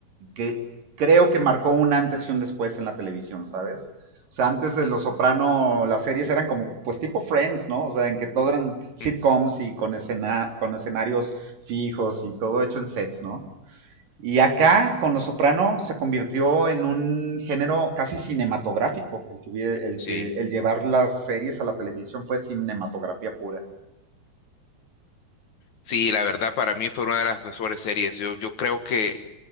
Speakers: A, on the right; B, on the left.
A: que creo que marcó un antes y un después en la televisión, ¿sabes? O sea, antes de Los Soprano, las series eran como, pues tipo Friends, ¿no? O sea, en que todo eran sitcoms
B: Mm,
A: y con, escena, con escenarios fijos y todo hecho en sets, ¿no? Y acá, con Los Soprano, se convirtió en un género casi cinematográfico. El que, hubie- el
B: sí,
A: que el llevar las series a la televisión fue cinematografía pura.
B: sí, la verdad para mí fue una de las mejores series. Yo, yo creo que